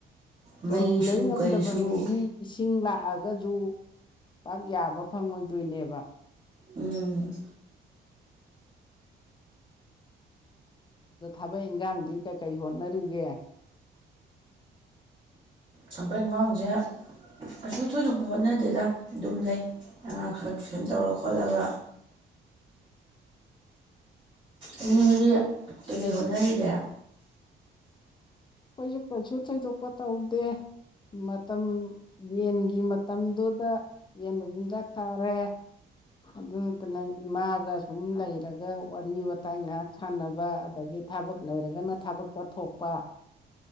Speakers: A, on the right (about 25°); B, on the left (about 25°).
A: ꯃꯩꯁꯨ
B: ꯇꯣꯂꯨ ꯂꯩ ꯉꯝꯗꯕ
A: ꯀꯩꯁꯨ
B: ꯃꯤꯗꯤ ꯏꯁꯤꯡ ꯂꯥꯛꯑꯒ ꯒꯖꯨ ꯄꯥꯛ ꯌꯥꯕ ꯐꯪꯉꯣꯏꯗꯣꯏꯅꯦꯕ
A: ꯎꯝ
B: ꯑꯗꯣ ꯊꯕꯛ ꯏꯪꯈꯥꯡꯗꯤ ꯀꯩꯀꯩ ꯍꯣꯠꯅꯔꯤꯒꯦ
A: ꯊꯕꯛ ꯏꯉꯥꯡꯁꯦ ꯀꯩꯁꯨ ꯊꯣꯏꯗꯣꯛꯄ ꯍꯣꯠꯅꯗꯦꯗ ꯑꯗꯨꯝ ꯂꯩ ꯑꯉꯥꯡ ꯈꯔ ꯇꯨꯏꯁꯟ ꯇꯧꯔ ꯈꯣꯠꯂꯒ
B: <inaudible>
A: ꯑꯅꯤ ꯍꯧꯖꯤꯛ ꯀꯩꯀꯩ ꯍꯣꯠꯅꯔꯤꯒ‌ꯦ
B: ꯑꯈꫭꯏꯁꯨ ꯀꯩꯁꯨ ꯊꯣꯏꯗꯣꯛꯄ ꯇꯧꯗꯦ ꯃꯇꯝ ꯌꯦꯟꯒꯤ ꯃꯇꯝꯗꯨꯗ ꯌꯦꯟꯕ ꯆꯤꯟꯗꯥꯛ ꯊꯥꯔꯦ ꯑꯗꯨ ꯅꯠꯇꯅ ꯏꯃꯥꯒ ꯁꯨꯝ ꯂꯩꯔꯒ ꯋꯥꯔꯤ ꯋꯥꯋꯇꯥꯏ ꯉꯥꯏꯍꯥꯛ ꯁꯥꯟꯅꯕ ꯑꯗꯒꯤ ꯊꯕꯛ ꯂꯩꯔꯒꯅ ꯊꯕꯛꯆꯠꯊꯣꯛꯄ